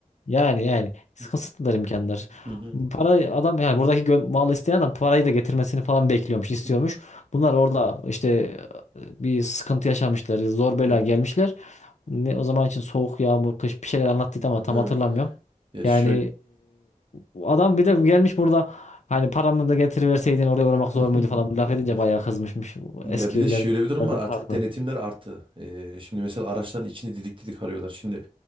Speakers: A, on the left (about 55°); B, on the right (about 35°).
A: yani yani
B: Hı
A: kısıtlılar imkanlar.
B: hı,
A: Para adam yani buradaki gö- mal isteyen adam parayı da getirmesini falan bekliyormuş,
B: hı
A: istiyormuş.
B: hı,
A: Bunlar orada işte e, bir sıkıntı yaşamışlar, zor bela
B: hı hı.
A: gelmişler. Ne o zaman için soğuk, yağmur, kış bir şeyler anlattıydı ama tam
B: Evet.
A: hatırlamıyorum.
B: Ya
A: Yani
B: şöyle
A: e, adam bir de gelmiş burada hani paramı da getiriverseydin oraya uğramak zor
B: <laughs>
A: muydu falan laf edince bayağı kızmışmış.
B: Ya
A: Eskiler
B: bir de şöyle bir durum
A: biraz
B: var
A: daha
B: artık
A: haklı.
B: denetimler arttı. Ee, şimdi mesela araçların içini didik didik arıyorlar. Şimdi